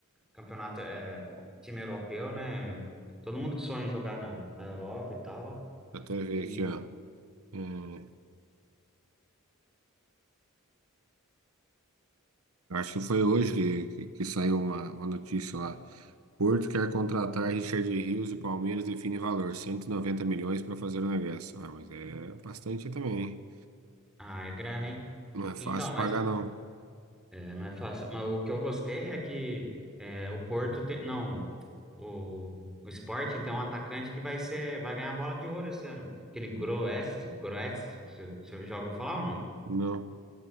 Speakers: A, in the centre; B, on the right.
A: Campeonato é time europeu, né? Todo mundo que sonha em jogar na, na Europa e tal.
B: Vou até ver
A: E,
B: aqui, ó. É. Eu acho que foi hoje que, que, que saiu uma, uma notícia lá. Porto quer contratar Richard Rios e Palmeiras define valor, 190 milhões para fazer o negócio. Ah, mas é bastante também, hein?
A: ah, é grana, hein?
B: Não é fácil
A: Então, mas
B: pagar, não.
A: É, não é fácil. Mas o que eu gostei é que é, o Porto tem. Não, o, o Sporting tem um atacante que vai ser, vai ganhar a bola de ouro esse ano. Aquele Groest, Groest, você você já ouviu falar ou não?
B: Não.